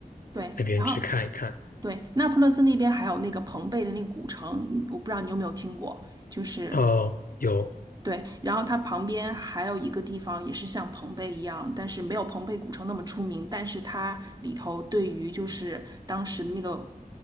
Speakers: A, on the right; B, on the left.
A: 对，
B: 那边去看一看。
A: 然后。对，那不勒斯那边还有那个庞贝的那个古城，嗯我不知道你有没有听过，就是
B: 哦，有，
A: 对，然后它旁边还有一个地方也是像庞贝一样，但是没有庞贝古城那么出名，但是它里头对于就是当时的那个